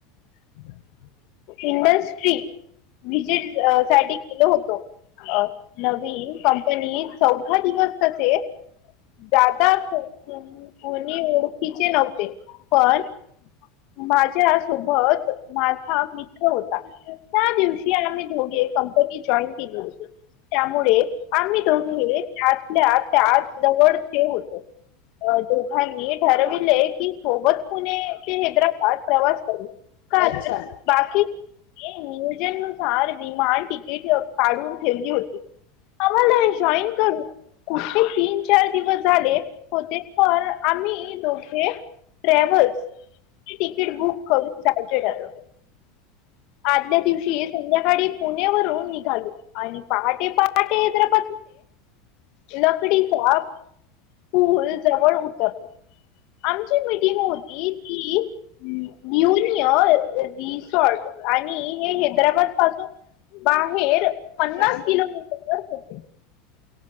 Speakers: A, on the left; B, on the left.
A: ह
B: इंडस्ट्री विजिट साठी केल होतो नवीन कंपनी चौदा दिवस तसे जादा कोणी ओळखीचे नव्हते पण माझ्या सोबत माझा मित होता त्या दिवशी आम्ही ोडी कंपनी जॉईन केली होती त्यामुळे आम्ही दोघे त्यातल्या त्या जवळचे होतो अ दोघांनी ठरविले की सोबत पुणे ते हैदराबाद प्रवास करू कारण
A: अच्छा.
B: बाकी नियोजन नुसार विमान ट काढून ठेवली होती आम्हाला जॉईन करून कुठे तीन चार दिवस झाले होते पण आम्ही दोघे ट्रॅव्हल्स तिकीट बुक करून जायचे ठरवले आदल्या दिवशी संध्याकाळी पुणे वून निघालो आणि पहाटे पहाटे्रप नकडीचा स्ूल जवळ उतरल आमची मिीटिंग होती ती न्यनिय रिसॉर्ट आणि हे हैदराबाद पासून बाहेर पन्नास
A: काल
B: किलोमीटर हो